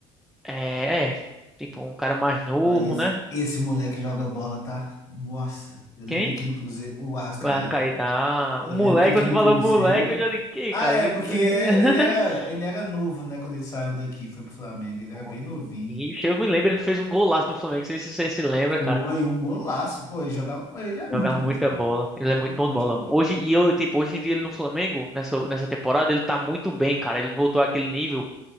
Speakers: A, in the centre; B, on the left.
A: É, é, tipo, um cara mais novo,
B: Aí esse,
A: né?
B: esse moleque joga bola, tá? Nossa, eu lembro
A: Quem?
B: que aqui no Cruzeiro, o Arrascaeta,
A: O Arrascaeta.
B: pô.
A: Ah,
B: Eu
A: o moleque,
B: lembro que aqui
A: você
B: no
A: falou
B: Cruzeiro.
A: moleque, eu já digo, quem,
B: Ah,
A: cara?
B: é,
A: Me
B: porque
A: diz- <laughs>
B: ele era, ele era novo, né? Quando ele saiu daqui, foi pro Flamengo. Ele
A: Foi.
B: era bem novinho.
A: Ixi, eu me lembro, ele fez um golaço no Flamengo, não sei se você se lembra,
B: Foi um golaço, pô. Ele jogava. pô, Ele é muito
A: Jogava
B: bom
A: muita
B: de bola.
A: bola. Ele é muito
B: Muito
A: bom
B: bom
A: de bola.
B: de bola.
A: Hoje, e eu, tipo, hoje em dia ele no Flamengo, nessa, nessa temporada, ele tá muito bem, cara. Ele voltou àquele nível